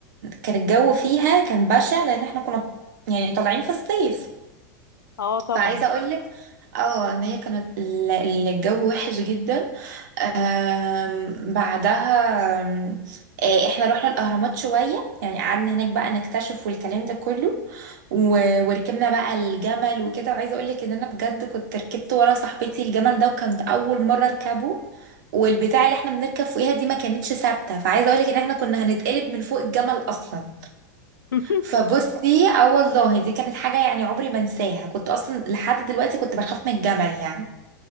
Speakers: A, on the right; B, on the left.
A: كان الجو فيها كان بشع لأن احنا كنا يعني طالعين في الصيف
B: اه طبعا
A: فعايزة اه اقولك اه ان هي كانت ال- الجو وحش جدا آم، بعدها آم، آه، احنا رحنا الاهرامات شويه يعني قعدنا هناك بقى نكتشف والكلام ده كله و- وركبنا بقى الجمل وكده وعايزه اقول لك ان انا بجد كنت ركبت ورا صاحبتي الجمل ده وكانت اول مره اركبه والبتاع اللي احنا بنركب فوقيها دي ما كانتش ثابته فعايزه اقول لك ان احنا كنا هنتقلب من فوق الجمل اصلا
B: <laughs>
A: فبصي اه والله دي كانت حاجه يعني عمري ما انساها كنت اصلا لحد دلوقتي كنت بخاف من الجمل يعني